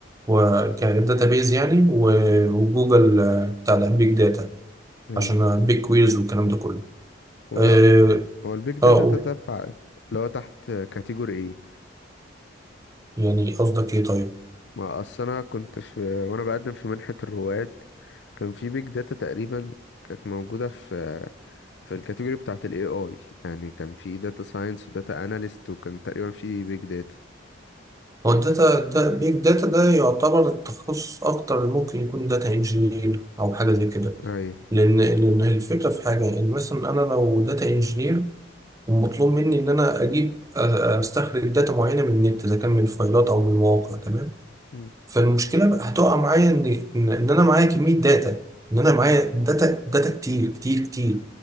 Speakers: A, on the right; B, on the left.
A: وكداتا بيز يعني و- وجوجل آه، بتاع البيج داتا
B: ايوه
A: عشان بيج كويرز والكلام ده كله
B: هو
A: اه
B: هو البيج داتا
A: آه، قول
B: تتبع اللي هو تحت كاتيجوري ايه
A: يعني قصدك ايه طيب
B: ما اصل انا كنت في وانا بقدم في منحه الرواد كان في بيج داتا تقريبا كانت موجوده في في الكاتيجوري بتاعه الاي اي يعني كان في داتا ساينس وداتا اناليست وكان تقريبا في بيج داتا
A: هو الداتا دا بيج داتا ده يعتبر تخصص أكتر اللي ممكن يكون داتا انجينير أو حاجة زي كده
B: ايوه
A: لأن لأن الفكرة في حاجة يعني مثلا أنا لو داتا انجينير ومطلوب مني إن أنا أجيب أ- أستخرج داتا معينة من النت إذا كان من فايلات أو من مواقع تمام
B: مم.
A: فالمشكلة بقى هتقع معايا إن إن إن أنا معايا كمية داتا إن أنا معايا داتا داتا كتير كتير كتير